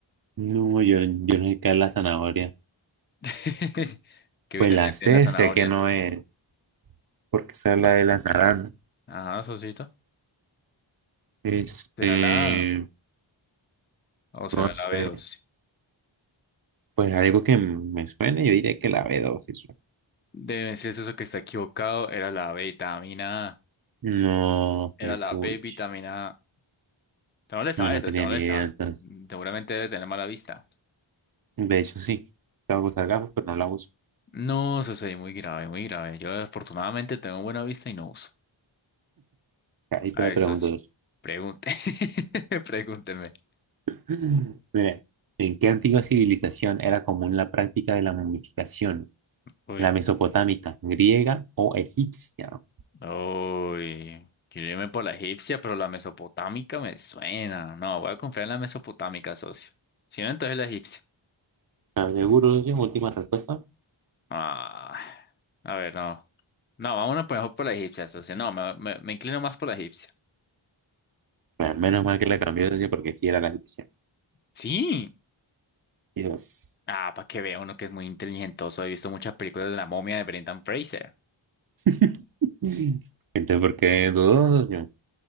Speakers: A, on the right; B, on the left.
A: No, yo, yo no sé qué es la zanahoria.
B: <laughs> ¿Qué
A: Pues
B: vitaminas
A: la sé,
B: tienen las zanahorias?
A: sé que no es, porque esa es la de las naranjas.
B: Ajá, socito.
A: Este,
B: ¿Será la A o será
A: no sé.
B: la B12?
A: Pues algo que me suene, yo diría que la B12.
B: Debe ser eso que está equivocado. Era la B vitamina A.
A: No, pues,
B: Era la
A: puch.
B: B vitamina A. Usted no le sabe
A: No, no
B: eso,
A: tenía
B: si no
A: ni
B: le
A: idea
B: sabe.
A: entonces.
B: Seguramente debe tener mala vista.
A: De hecho, sí. Tengo que usar gafas, pero no la uso.
B: No, socio, y muy grave, muy grave. Yo afortunadamente tengo buena vista y no uso.
A: Ahí
B: A
A: te la
B: ver,
A: pregunto
B: socio,
A: dos.
B: pregunte. <laughs> Pregúnteme.
A: <clears throat> <laughs> Mira, ¿en qué antigua civilización era común la práctica de la momificación?
B: Uy.
A: ¿La mesopotámica, griega o egipcia?
B: Uy, quiero irme por la egipcia, pero la mesopotámica me suena. No, voy a confiar en la mesopotámica, socio. Si no, entonces la egipcia.
A: ¿Estás seguro de su última respuesta?
B: Ah, a ver, no. No, vámonos por mejor por la egipcia, socio. No, me, me- me inclino más por la egipcia.
A: Bueno, menos mal que la cambió socio porque sí era la solución.
B: Sí.
A: Dios.
B: Ah, para que vea uno que es muy inteligentoso. He visto muchas películas de la momia de Brendan Fraser.
A: <laughs> Entonces, ¿por qué dudó, socio?